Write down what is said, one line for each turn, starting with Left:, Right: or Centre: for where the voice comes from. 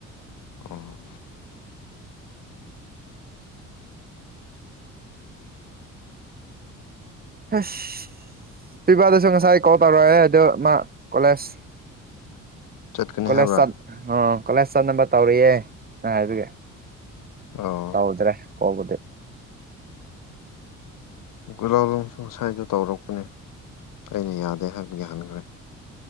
Left: ꯑꯣ
Right: ꯍꯁ ꯇꯤꯕꯗꯨꯁꯨ ꯉꯁꯥꯏ ꯀꯣꯜ ꯇꯧꯔꯛꯑꯦ ꯑꯗꯨ ꯃꯥ ꯀꯣꯂꯦꯖ
Left: ꯆꯠꯀꯅꯤ
Right: ꯀꯣꯂꯦꯖ
Left: ꯍꯥꯏꯕ꯭ꯔꯥ
Right: ꯆꯠ ꯑ ꯀꯣꯂꯦꯖ ꯆꯠꯅꯕ ꯇꯧꯔꯤꯌꯦ <unintelligible>
Left: ꯑꯣ
Right: ꯍꯧꯗ꯭ꯔꯦ ꯀꯧꯕꯗꯤ
Left: <unintelligible> ꯁꯨ ꯉꯁꯥꯏꯗꯣ ꯇꯧꯔꯛꯄꯅꯦ ꯑꯩꯅ ꯌꯥꯗꯦ ꯍꯥꯏꯕꯒꯤ ꯍꯟꯈ꯭ꯔꯦ